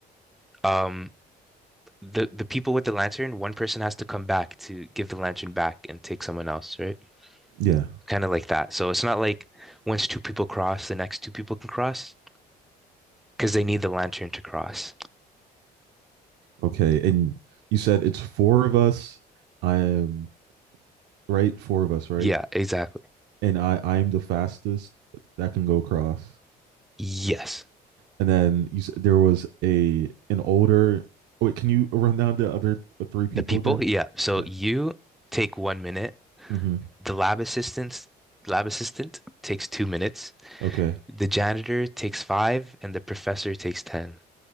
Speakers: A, in the centre; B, on the right.
A: um, the the people with the lantern, one person has to come back to give the lantern back and take someone else, right?
B: Yeah.
A: Kind of like that. So it's not like once two people cross, the next two people can cross because they need the lantern to cross.
B: Okay. And you said it's four of us. I am right. Four of us, right?
A: Yeah, exactly.
B: And I I am the fastest that can go across.
A: Yes.
B: and then you, there was a an older. Wait, can you run down the other three people
A: The people,
B: again?
A: yeah. So
B: Yeah.
A: you take one minute.
B: Mm-hmm.
A: The lab assistants, lab assistant takes two minutes.
B: Okay.
A: The janitor takes five, and the professor takes ten.